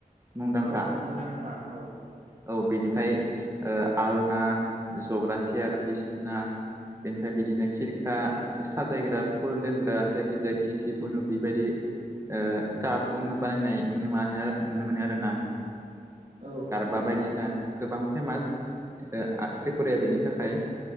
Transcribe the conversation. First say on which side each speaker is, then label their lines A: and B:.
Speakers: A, on the right (about 20°); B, on the right (about 50°).
A: मुंदांखा
B: औ मुंदांखा औ।
A: औ बेनिफ्राय ओ आलना जग्रा सियार बिसना बेनिफ्राय बिदिनो खिरखा साजायग्रा फुल दोनग्रा जायखि जायाखि गिसिब उनु बेबायदि। ओ टाप उनु बानायनाय नुनो- नुनो मोनो आरोना
B: औ।
A: बा बायदिसिना गोबां फेमास ओ आ त्रिपुराया बेनि थाखाय।